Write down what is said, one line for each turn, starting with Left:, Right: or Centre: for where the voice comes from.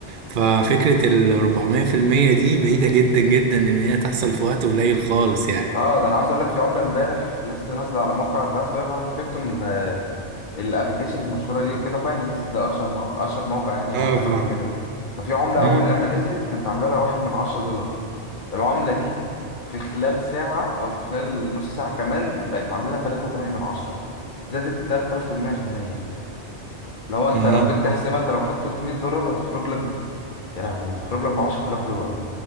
Right: ففكرة ال 400% دي بعيدة جدا جدا إن هي تحصل في وقت قليل خالص يعني
Left: اه ده انا عاوز اقول لك في عمله امبارح لسه نازله على موقع انت عارف طبعا كريبتو من الابلكيشنز المشهوره ليه وكده باينانس ده اشهر م- اشهر موقع يعني معتمد
Right: اه فاهم
Left: وكده ففي عمله
Right: مم.
Left: اول لما نزلت كانت عامله لها واحد من عشرة دولار العمله دي في خلال ساعه او في خلال نص ساعه كمان بقت عامله لها 3.8 من عشرة زادت 3800% لو انت
Right: اه
Left: لو جيت تحسبها انت لو حط 300 دولار هتخرج لك ب- يا لهوي هتخرج لك ب 10000 دولار